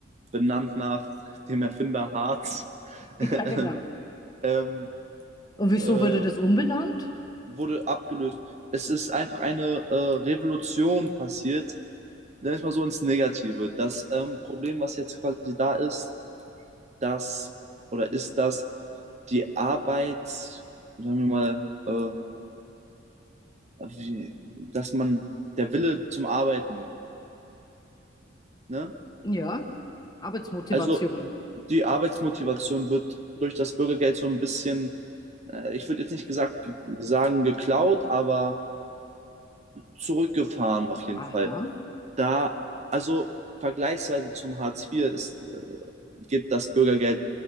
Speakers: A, on the right; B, on the left.
A: benannt nach dem Erfinder Hartz. <laughs>
B: Ja, genau.
A: ähm,
B: Und wieso
A: äh,
B: wurde das umbenannt?
A: wurde abgelöst. Es ist einfach eine äh, Revolution passiert, sag ich mal so ins Negative. Das ähm, Problem, was jetzt quasi da ist, dass oder ist das die Arbeit, sagen wir mal, äh, wie, dass man der Wille zum Arbeiten, ne?
B: Ja, Arbeitsmotivation.
A: Also die Arbeitsmotivation wird durch das Bürgergeld so ein bisschen, äh, ich würde jetzt nicht gesagt, sagen geklaut, aber zurückgefahren auf jeden Fall.
B: Aha.
A: Da, also vergleichsweise zum Hartz IV ist, äh, gibt das Bürgergeld